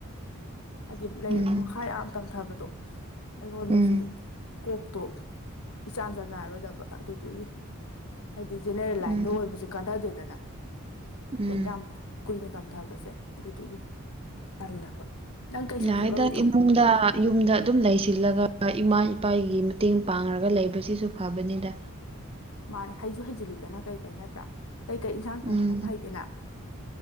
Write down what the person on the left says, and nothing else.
ꯍꯥꯏꯗꯤ ꯂꯩꯛ
ꯃꯈꯥ ꯌꯥꯝ ꯇꯝꯊꯕꯗꯣ ꯑꯩꯉꯣꯟꯗꯁꯨ
ꯀꯣꯛꯇꯣ ꯏꯆꯥꯟ ꯆꯥꯟꯅꯔꯣꯏꯗꯕ ꯑꯗꯨꯗꯨꯒꯤ ꯍꯥꯏꯗꯤ ꯖꯦꯅꯦꯔꯦꯜ ꯂꯥꯏꯟꯗ
ꯑꯣꯏꯕꯁꯦ ꯀꯥꯟꯅꯗꯦꯗꯅ
ꯂꯥꯏꯛ ꯌꯥꯝ ꯀꯨꯏꯅ ꯇꯝꯊꯕꯁꯦ ꯑꯗꯨꯗꯨꯒꯤ ꯇꯜꯂꯕ ꯅꯪ ꯀꯩ ꯁꯕꯖꯦꯛ
ꯂꯧꯔꯤꯅꯣ
ꯃꯥꯅꯦ ꯍꯩꯖꯨ ꯍꯩꯖꯤꯜꯂꯤꯗꯅ ꯀꯩꯀꯩ ꯅꯠꯇ꯭ꯔꯥ ꯀꯩꯀꯩ ꯏꯟꯁꯥꯡ
ꯊꯣꯡꯕ ꯈꯣꯠꯄ ꯍꯩꯒꯦꯅ